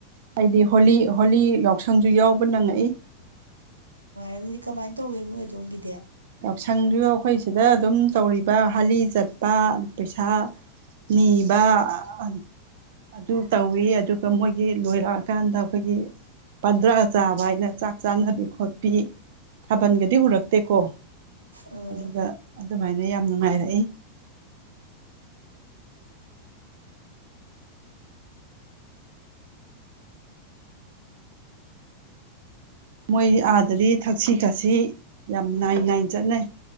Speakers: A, on the right (about 55°); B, on the right (about 80°).
A: ꯑꯩꯗꯤ ꯍꯣꯂꯤ ꯍꯣꯂꯤ ꯌꯥꯎꯁꯪꯁꯨ ꯌꯥꯎꯕ ꯅꯪꯉꯛꯏ
B: ꯑꯗꯨꯗꯤ ꯀꯃꯥꯏꯟ ꯇꯧꯋꯤ ꯃꯣꯏ ꯑꯗꯣꯝꯒꯤꯗꯤ
A: ꯌꯥꯎꯁꯪꯖꯨ ꯑꯈꯣꯏ ꯁꯤꯗ ꯑꯗꯨꯝ ꯇꯧꯔꯤꯕ ꯍꯂꯤ ꯆꯠꯄ ꯄꯩꯁꯥ ꯅꯤꯕꯥ ꯑ ꯑ ꯑ ꯑꯗꯨ ꯇꯧꯋꯤ ꯑꯗꯨꯒ ꯃꯣꯏꯒꯤ ꯂꯣꯏꯔꯛꯑꯀꯥꯟꯗ ꯑꯈꯣꯏꯒꯤ ꯄꯟꯗ꯭ꯔꯥ ꯆꯥꯕ ꯍꯥꯏꯅ ꯆꯥꯛ ꯆꯥꯅꯕꯤ ꯈꯣꯠꯄꯤ ꯊꯥꯕꯜꯒꯗꯤ
B: ꯎꯝ
A: ꯎꯔꯛꯇꯦꯀꯣ
B: ꯑꯥ
A: ꯑꯗꯨꯒ ꯑꯗꯨꯃꯥꯏꯅ ꯌꯥꯝ ꯅꯨꯡꯉꯥꯏꯔꯛꯏ ꯃꯣꯏ ꯑꯥꯗꯗꯤ ꯊꯛꯁꯤ ꯈꯥꯁꯤ ꯌꯥꯝ ꯅꯥꯏ ꯅꯥꯏꯟ ꯆꯠꯅꯩ